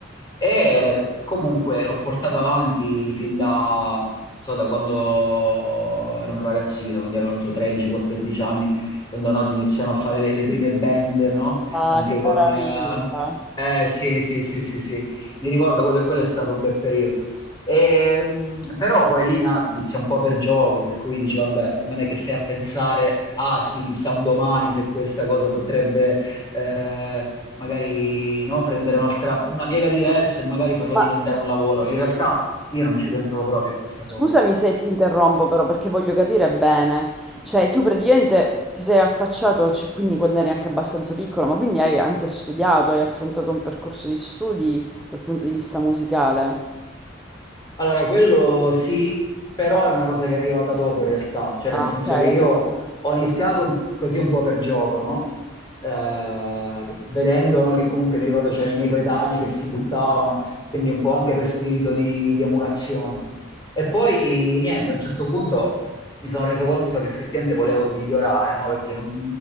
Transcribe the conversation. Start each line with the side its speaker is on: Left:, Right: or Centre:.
Left: E comunque l'ho portata avanti fin da, non so, da quando ero un ragazzino, quindi avevo, non so, 13-14 anni, quando no, si iniziano a fare le, le prime band, no?
Centre: Ah,
Left: Anche
Centre: che
Left: con...
Centre: meraviglia!
Left: Eh, eh, sì, sì, sì, sì, sì, mi ricordo, quello, quello è stato un bel periodo. E, mh, però poi lì no, si inizia un po' per gioco, per cui dici, vabbè, non è che stai a pensare, ah sì, chissà un domani se questa cosa potrebbe eh, magari no, prendere un'altra, una piega diversa e magari farlo
Centre: Ma
Left: diventare un lavoro. In realtà io non ci pensavo proprio a questa
Centre: Scusami
Left: cosa.
Centre: se ti interrompo però perché voglio capire bene, cioè tu praticamente ti sei affacciato, cioè, quindi quando eri anche abbastanza piccolo, ma quindi hai anche studiato, hai affrontato un percorso di studi dal punto di vista musicale.
Left: Allora, quello sì, però è una cosa che è arrivata dopo in realtà, cioè nel
Centre: Ah,
Left: senso
Centre: ok,
Left: che
Centre: l'hai
Left: io
Centre: fatto.
Left: ho iniziato un- così un po' per gioco, no? Eh, vedendo, no, che comunque mi ricordo c'erano i miei coetanei che si buttavano, quindi un po' anche per spirito di, di emulazione. E poi niente, a un certo punto mi sono reso conto che effettivamente volevo migliorare, no? Perché non-